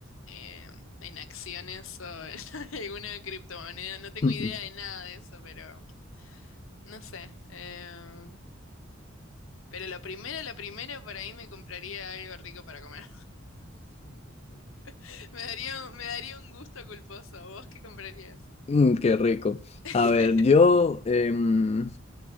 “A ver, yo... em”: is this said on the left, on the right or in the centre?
Left